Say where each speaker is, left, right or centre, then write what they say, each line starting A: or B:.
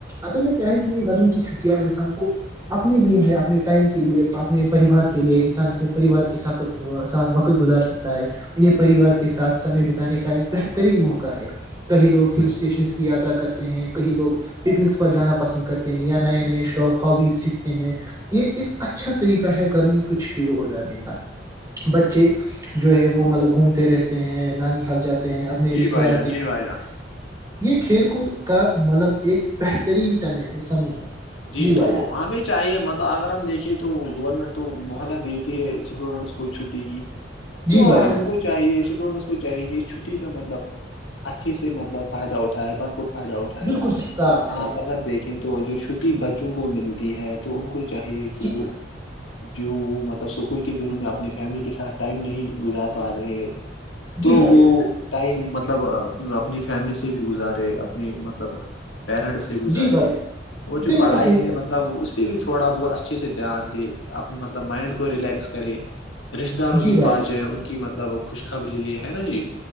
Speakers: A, on the right; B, on the left.
A: اصل میں کیا ہے کہ یہ گرمی کی چھٹیاں انسان کو اپنے لیے ہے اپنے ٹائم کے لیے اپنے پریوار کے لیے انسان میں پریوار کی ساتھ وقت گزار تا ہے یہ پریوار کے ساتھ سمے بتانے کا ایک بہترین موقع ہے کئی لوگ ہل اسٹیشنس کی یاترا کرتے ہیں کہیں لوگ پکنکس پر جانا پسند کرتے ہیں یا نئے نئے شوق ہبیز سیکھتے ہیں یہ ایک اچھا طریقہ ہے گرمی کی چھٹی کو گزارنے کا بچے جو ہے وہ مطلب گھومتے رہتے ہیں نانی حال جاتے ہیں اپنے
B: جی
A: رشتے
B: بھائی
A: داروں
B: جان
A: کے
B: جی بھائی جان
A: یہ کھیل کود کا مطلب ایک بہترینٹم سمے ہے
B: جی
A: بھائی
B: تو
A: جان
B: ہمیں چاہیے مطلب اگر ہم دیکھے تو گورنمنٹ تو محلہ دیتی ہے اسٹوڈینٹس کو چھٹی کی تو
A: جی بھائی
B: ہم
A: جان
B: کو چاہیے اسٹوڈینٹس کو چاہیے کہ اس چھٹی کا مطلب اچھھیے سے مطلب فائدہ اٹھائے پر فائدہ اٹھائے
A: بالکل صحیح کہا نے
B: آپ
A: بھائی جان
B: اگر دیکھیں تو جو چھٹی بچوں کو ملتی ہے تو ان کو چاہیے کہ
A: جی
B: وہ جو وہ مطلب سکول کے دنوں میں اپنی فیملی کے ساتھ ٹائم نہیں گزار پا رہے تو
A: جی بھائی
B: وہ
A: جان
B: ٹائم مطلب اپنی فیملی سے بھی گزارے اپنی مطلب پیرنٹس گزارے
A: جی بھائی جان،
B: اور جو
A: بالکل
B: پڑھائی
A: صحیح
B: ہے مطلب مطلب اس پہ بھی تھوڑا بہت اچھے سے دھیان دے مطلب مائنڈ کو ریلیکس کرے رشتے داروں
A: کہا- جی
B: کے
A: بھائی
B: پاس
A: جان
B: جائے ان کی مطلب خوش خبری لیے ہے نا جی